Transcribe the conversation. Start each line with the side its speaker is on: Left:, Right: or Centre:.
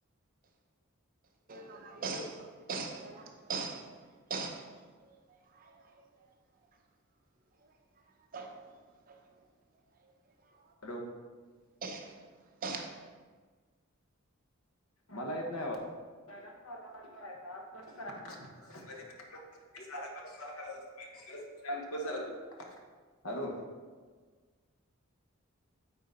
Right: <unintelligible> <unintelligible> <unintelligible> <unintelligible> काय बाई <unintelligible>
Left: हॅलो
Right: <unintelligible> <unintelligible>
Left: मला येतनई आवाज काॅल करायचा कट करायचा मदी मदी सादा करुन च केलत जरातो हॅलो